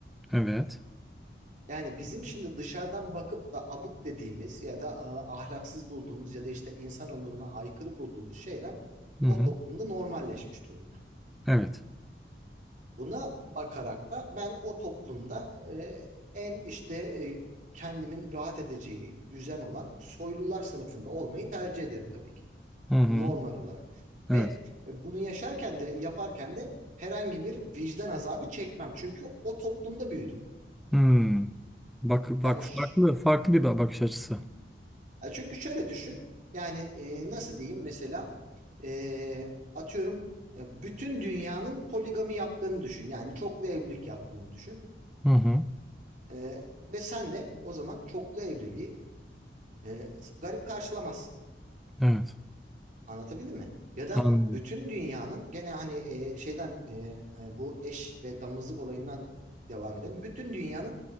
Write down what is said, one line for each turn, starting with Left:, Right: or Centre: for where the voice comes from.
Centre: Evet.
Right: Yani bizim şimdi dışarıdan bakıp da abuk dediğimiz ya da e, ahlaksız bulduğumuz ya da işte insan onuruna aykırı bulduğumuz şeyler
Centre: Hı hı.
Right: o toplumda normalleşmiş durumda.
Centre: Evet.
Right: Buna bakarak da ben o toplumda e, en işte e, kendimin rahat edeceği düzen olan soylular sınıfında olmayı tercih ederim tabii ki.
Centre: Hı hı.
Right: Normal olarak.
Centre: Evet.
Right: Ve e, bunu yaşarken de yaparken de herhangi bir vicdan azabı çekmem. Çünkü o toplumda büyüdüm.
Centre: Hmm. Bak bak
Right: Yani ş-
Centre: farklı farklı bir ba- bakış açısı.
Right: Hı hı. E, çünkü şöyle düşün. Yani e, nasıl diyeyim mesela e, atıyorum e, bütün dünyanın poligami yaptığını düşün. Yani çoklu evlilik yaptığını düşün.
Centre: Hı hı.
Right: Ee, ve sen de o zaman çoklu evliliği e, garip karşılamazsın.
Centre: Evet.
Right: Anlatabildim mi? Ya da
Centre: Anladım.
Right: bütün dünyanın gene hani e, şeyden e, e, bu eş ve damızlık olayından devam edelim. Bütün dünyanın